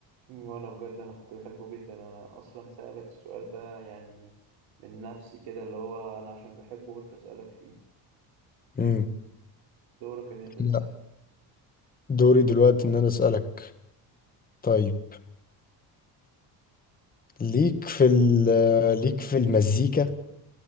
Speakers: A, on the right; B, on the left.
A: وأنا بجد أنا كنت بحبه جدا أنا أصلا سألك السؤال ده يعني من نفسي كده اللي هو أنا عشان بحبه قلت أسألك فيه
B: امم
A: دورك إن أنت تسأل
B: لا دوري دلوقتي ان انا اسالك طيب ليك في ال- ليك في المزيكا